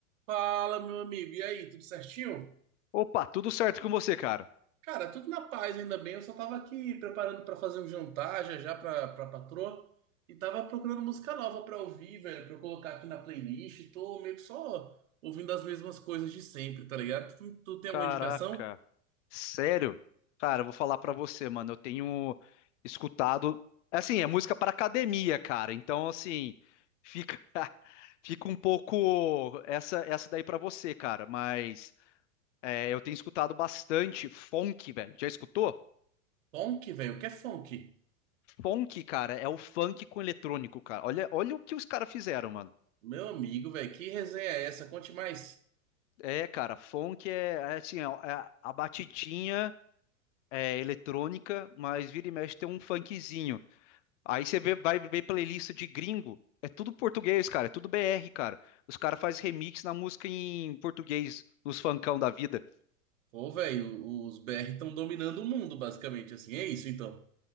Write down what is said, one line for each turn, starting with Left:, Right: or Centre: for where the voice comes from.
Right: Fala, meu amigo. E aí, tudo certinho?
Left: Opa, tudo certo com você, cara?
Right: Cara, tudo na paz, ainda bem. Eu só tava aqui preparando pra fazer um jantar já já pra, pra patroa e tava procurando música nova pra ouvir, velho, pra eu colocar aqui na playlist. Tô meio que só ouvindo as mesmas coisas de sempre, tá ligado? Tu, tu tem
Left: Caraca,
Right: alguma indicação?
Left: sério? Cara, eu vou falar pra você, mano. Eu tenho escutado, assim, é música pra academia, cara. Então, assim, fica <laughs> fica um pouco essa essa daí pra você, cara, mas é, eu tenho escutado bastante funk, velho. Já escutou?
Right: Funk, velho. O que é funk?
Left: Funk, cara, é o funk com eletrônico, cara. Olha, olha o que os caras fizeram, mano.
Right: Meu amigo, velho, que resenha é essa? Conte mais.
Left: É, cara, funk é, é assim, é a a batidinha é, eletrônica, mas vira e mexe tem um funkzinho. Aí você vê, vai ver playlist de gringo, é tudo português, cara, é tudo BR, cara. Os caras fazem remix na música em português, nos funkão da vida.
Right: Pô, velho, os BR estão dominando o mundo, basicamente, assim. É isso, então.